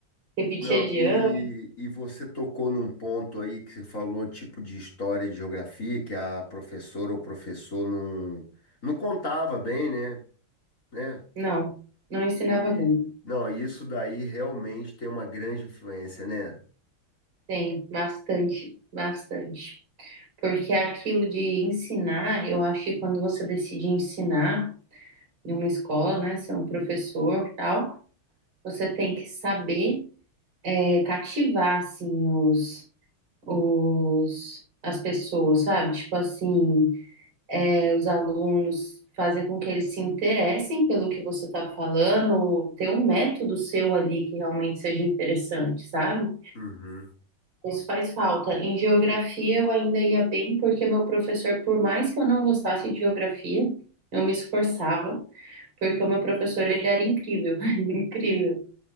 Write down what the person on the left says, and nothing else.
Não,
e,
e você tocou num ponto aí que você falou, tipo de história e geografia, que a professora ou professor não, não contava bem, né? Né?
E,
não, isso daí realmente tem uma grande influência, né?
Uhum.